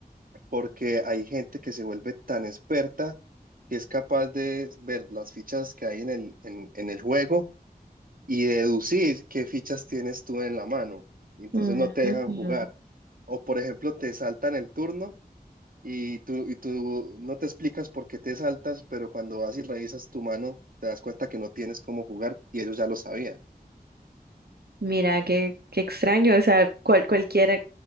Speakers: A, on the right; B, on the right.
A: porque hay gente que se vuelve tan experta que es capaz de ver las fichas que hay en el, en, en el juego y deducir qué fichas tienes tú en la mano. Y Entonces
B: Ujú.
A: no te dejan jugar. O por ejemplo, te saltan el turno y tú, y tú no te explicas por qué te saltas, pero cuando vas y revisas tu mano, te das cuenta que no tienes cómo jugar y ellos ya lo sabían.
B: Mira, qué, qué extraño, o sea, cual, cualquiera,